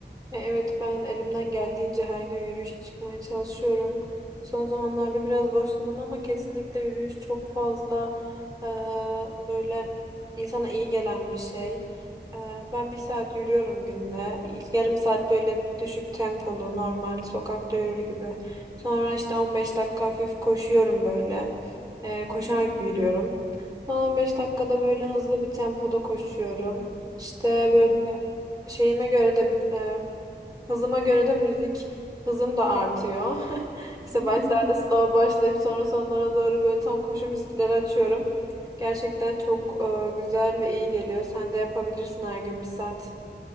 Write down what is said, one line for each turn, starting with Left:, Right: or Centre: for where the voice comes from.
Right: E, Evet ben elimden geldiğince her gün yürüyüşe çıkmaya çalışıyorum. Son zamanlarda biraz başladım ama kesinlikle yürüyüş çok fazla e, böyle insana iyi gelen bir şey. E, ben bir saat yürüyorum günde. İlk yarım saat böyle düşük tempolu normal sokakta yürür gibi. Sonra işte 15 dakika hafif koşuyorum böyle. E, koşar
Centre: Hı hı.
Right: gibi yürüyorum. Son 15 dakikada böyle hızlı bir tempoda koşuyorum. İşte böyle
Centre: Hı.
Right: şeyime göre de e, Hızıma göre de müzik hızım da artıyor. <laughs> İşte
Centre: <laughs>
Right: başlarda slow başlayıp sonra sonlara doğru böyle tam koşu müzikleri açıyorum. Gerçekten çok e, güzel ve iyi geliyor. Sen de yapabilirsin her gün bir saat.